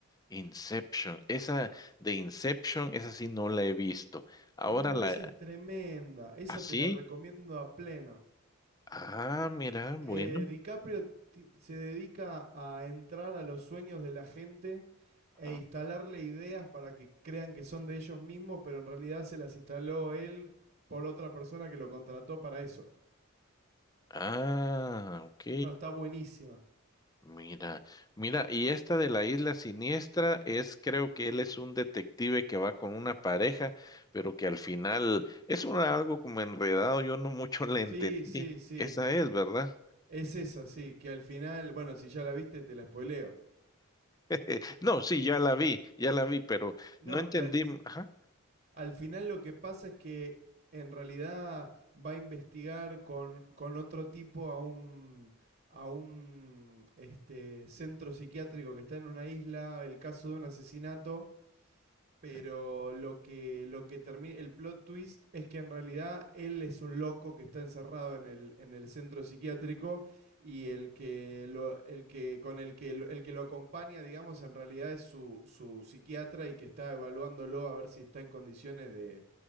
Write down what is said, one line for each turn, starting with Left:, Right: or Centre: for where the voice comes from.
Left: Inception. Esa de Inception, esa sí no la he visto. Ahora
Right: Uh,
Left: la...
Right: esa es tremenda. Esa
Left: ¿Así?
Right: te la recomiendo a pleno.
Left: Ah, mira, bueno.
Right: Eh, DiCaprio ti- se dedica a entrar a los sueños de la gente e
Left: Ah,
Right: instalarle ideas para que crean que son de ellos mismos, pero en realidad se las instaló él por otra persona que lo contrató para eso.
Left: ah, ok.
Right: No, está buenísima.
Left: Mira, mira, y esta de la isla siniestra es, creo que él es un detective que va con una pareja, pero que al final es una- algo como enredado, yo no mucho <laughs> la entendí.
Right: Sí, sí, sí.
Left: Esa es, ¿verdad?
Right: Es esa, sí, que al final, bueno, si ya la viste, te la spoileo.
Left: <laughs> No, sí, ya la vi, ya la vi, pero
Right: No,
Left: no entendí.
Right: que al fin,
Left: Ajá.
Right: al final lo que pasa es que en realidad va a investigar con, con otro tipo a un, a un este, centro psiquiátrico que está en una isla, el caso de un asesinato, pero
Left: eh,
Right: lo que, lo que termina, el plot twist es que en realidad él es un loco que está encerrado en el, en el centro psiquiátrico y el que, lo, el que con el que, lo- el que lo acompaña, digamos, en realidad es su, su psiquiatra y que está evaluándolo a ver si está en condiciones de,